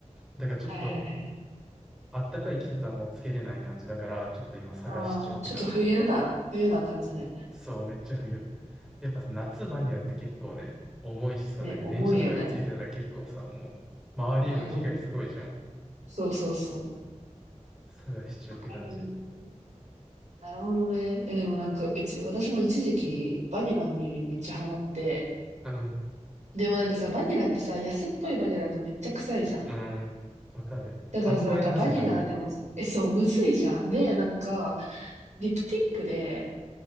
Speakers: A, in the centre; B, on the right (about 70°).
A: だからちょっと、
B: はいはいはい。
A: あったかい季節はもうつけれない感じだから、ちょっと今探し中って感じ。
B: ああ、ちょっと冬な、冬な感じだよね。
A: そう、めっちゃ冬。やっぱさ、夏バニラって結構ね、重いしさ、
B: ね、
A: なんか電車とかでつけてたら結構さ、
B: 重いよね。
A: もう、周りへの被害すごいじゃん。
B: うんうんうん。そうそうそう。
A: 探し中って感じ。
B: わかる。なるほどね。え、でもなんか、うち、私も一時期、バニラの匂いにめっちゃハマって、
A: うん、
B: でもなんかさ、バニラってさ、安っぽいバニラだとめっちゃ臭いじゃん。
A: うん、わかる。
B: だからさ、
A: 塩梅マジむず
B: なんかバニラでもさ、え、そう、むずいじゃん。で、なんか、リプティックで、